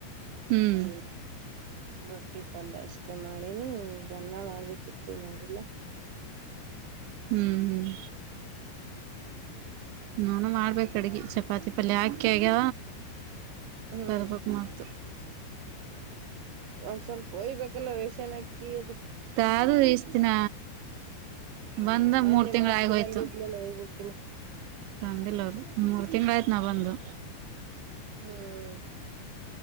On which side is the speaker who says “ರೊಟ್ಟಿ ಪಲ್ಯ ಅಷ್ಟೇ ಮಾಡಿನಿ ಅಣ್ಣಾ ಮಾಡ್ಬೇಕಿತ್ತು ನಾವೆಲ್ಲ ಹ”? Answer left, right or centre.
Right